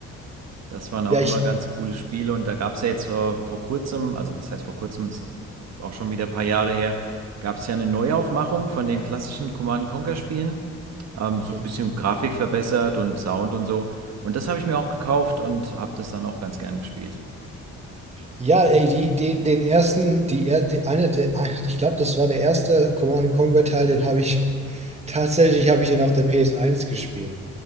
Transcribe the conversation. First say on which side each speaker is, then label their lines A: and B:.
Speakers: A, on the right; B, on the right.
A: Das waren auch
B: Ja,
A: immer
B: ich,
A: ganz coole Spiele und da gab es ja jetzt äh, vor kurzem, also was heißt vor kurzem, ist jetzt auch schon wieder ein paar Jahre her, gab es ja eine Neuaufmachung von den klassischen Command and Conquer Spielen. Ähm,
B: Mhm.
A: so ein bisschen Grafik verbessert und Sound und so. Und das habe ich mir auch gekauft und habe das dann auch ganz gern gespielt.
B: ja, ey, die, die, den ersten, die, er- die eine, der, ein- ich glaube, das war der erste Command Conquer Teil, den habe ich <laughs> tatsächlich habe ich den auf der PS1 gespielt.